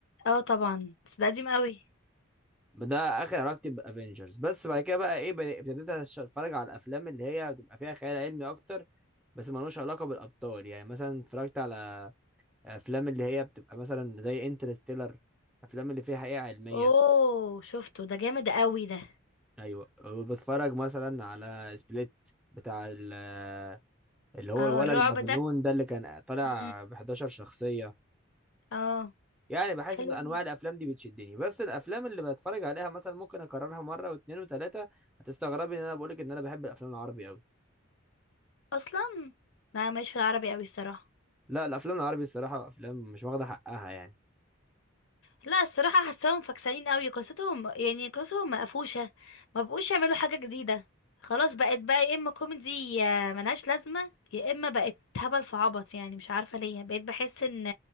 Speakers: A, on the left; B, in the centre.
A: اه طبعا بس ده قديم قوي
B: ده اخر علاقتي بافنجرز بس بعد كده بقى ايه بد- ابتديت أش- اتفرج على الافلام اللي هي بتبقى فيها خيال علمي اكتر بس ملوش علاقه بالابطال يعني مثلا اتفرجت على افلام اللي هي بتبقى مثلا زي انترستيلر افلام اللي فيها حقيقه علميه
A: اوه شفته ده جامد قوي ده
B: ايوه وبتفرج مثلا على سبليت بتاع ال- اللي هو
A: اه
B: الولد
A: الرعب
B: المجنون ده اللي كان طالع
A: ده
B: ب 11 شخصيه
A: اه
B: يعني بحس
A: حلو
B: ان انواع الافلام دي بتشدني بس الافلام اللي بتفرج عليها مثلا ممكن اكررها مره واثنين وثلاثه هتستغربي ان انا بقولك ان انا بحب الافلام العربي قوي
A: اصلا انا ماليش في العربي قوي الصراحه
B: لا الافلام العربي الصراحه افلام مش واخده حقها يعني
A: لا الصراحه حاساهم فكسانين قوي قصتهم يعني قصتهم مقفوشه ما بقوش يعملوا حاجه جديده خلاص بقت بقى يا اما كوميدي يا ملهاش لازمه يا اما بقت هبل في عبط يعني مش عارفه ليه بقيت بحس ان